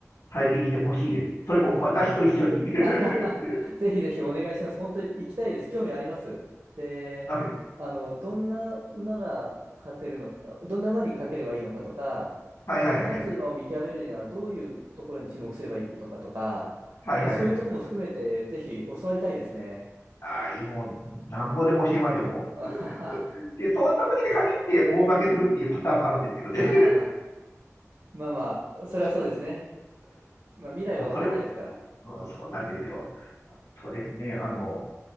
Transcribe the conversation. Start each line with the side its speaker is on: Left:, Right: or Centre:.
Left: 体験してほしいです。それも私と一緒に
Right: あ
Left: <laughs>
Right: <laughs> あははぜひぜひお願いします。本当に行きたいです。興味あります。で、
Left: はい。
Right: あの、どんな馬が勝てるのか、どんな馬に勝ければいいのかとか、
Left: はいはいはいはい。
Right: その勝つ馬を見極めるにはどういうところに注目すればいいのかとか、やっぱそういうところも含めてぜひ教わりたいですね。
Left: はいはいはい。ああ、いいもう、なんぼでも教えますよ、もう。
Right: <laughs> あはは
Left: で、そんな時に限って大負けするっていうパターンもあるんですけどね。
Right: あー、まあまあ、それはそうですね。まあ未来はわかんないですから。
Left: <laughs> もうそれは、うん、そうなんですよ。そうですね。あの、